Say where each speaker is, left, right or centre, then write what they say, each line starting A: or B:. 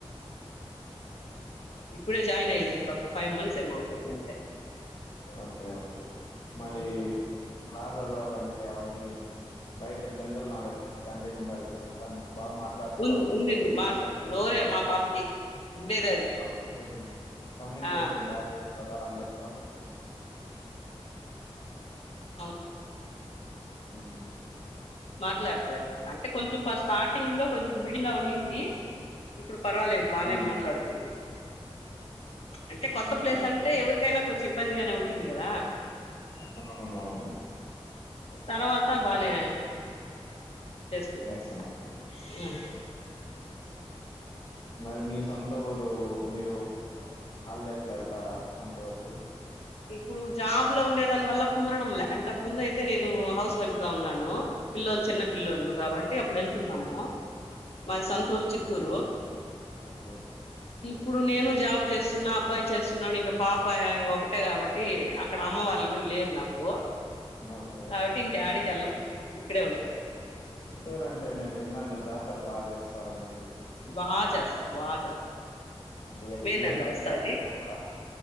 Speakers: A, on the left; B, on the left.
A: ఇప్పుడే జాయిన్ అయింది. ఇప్పుడు ఒక ఫైవ్ మంత్స్ ఏమోవుతుంది. అంతే
B: ఓకే ఓకే మరి
A: ఉమ్
B: లా చదవాలంటే, అవన్నీ బయట జనరల్ నాలెడ్జ్ దాండిగా ఉండాలి. కదా తన బాగా మాట్లాడుతది
A: ఉంది
B: అందరితో
A: ఉండింది మాట్లా నోరే మా పాపకి ఉండేది అది
B: కమ్యూనికేషన్ కమ్యూనికేషన్
A: ఆ
B: బాగా చేస్తద అందరితో
A: ఆ
B: హ్మ్మ్
A: మాట్లాడుతది అంటే కొంచెం స్టార్టింగ్ లో కొంచెం విడిగా ఉనింది ఇప్పుడు పర్వాలేదు బానే
B: మ్మ్
A: మాట్లాడుతుంది అంటే కొత్త
B: ఓకే
A: ప్లేస్ అంటే
B: ఓకే
A: ఎవరికైనా ఇబ్బందిగానే ఉంటుంది కదా
B: అవును అవును
A: తర్వాతా బానే చేసుకుంటాది
B: చేస్తున్నా
A: ఆ
B: ఓకే మరి మీ సొంత ఊరు మీరు హాలిడేస్ లో వెళ్తారా సొంత ఉర్కీ
A: ఇప్పుడు జాబ్ లో ఉండేదాని వల్ల కుదరడం లే అంతకు ముందు అయితే నేను హౌస్ వైఫ్ ఉన్నాను పిల్లోలు చిన్న
B: ఉమ్,
A: పిల్లలు కాబట్టి అప్పుడు వెళ్తున్నాము మాది
B: ఓకే
A: సొంతూరు చిత్తూరు
B: ఓకే
A: ఇప్పుడు నేను జాబ్ చేస్తున్నా అబ్బాయి చేస్తున్నాడు ఇంక పాపా ఇంకొ ట్టి అక్కడ అమ్మ వాళ్ళ కూడా లేరు నాకు
B: ఓకే
A: కాబటి ఇంకా యాడికి వెళ్లం ఇక్కడే ఉండిపోతాం
B: చిత్తూరు అంటే నేను విన్నాను జాతర బాగా చేస్తారు అనేసి
A: బాగా చేస్తారు బాగా చేస్తారు
B: అంటే
A: మే నెలలో
B: ఏమి
A: వస్తది
B: పెడతారండి అక్కడ